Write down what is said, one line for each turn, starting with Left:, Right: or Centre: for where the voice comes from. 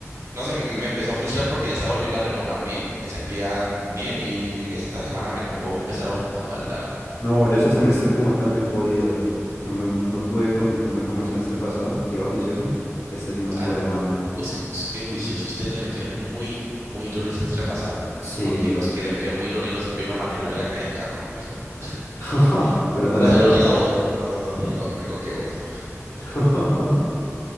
Right: no sé, me empezó a frustrar porque ya estaba volviendo a retomar bien. Me sentía bien y esta semana me tocó empezar a, a faltar.
Left: No, yo este semestre como tal no he podido, no me, no pude concentrarme como el semestre pasado, que iba juicioso. Este sí no
Right: Ah,
Left: pude, mano.
Right: us- us- qué juiciosos ustedes le metieron muy, muy duro el semestre pasado.
Left: Sí,
Right: Aunque los que le metieron muy duro y no supieron manejar la vida académica, como que les fue mal.
Left: <laughs> pero no
Right: O
Left: era
Right: sea,
Left: yo.
Right: no te digo a vos, no, no, no te digo, no digo que vos.
Left: <laughs>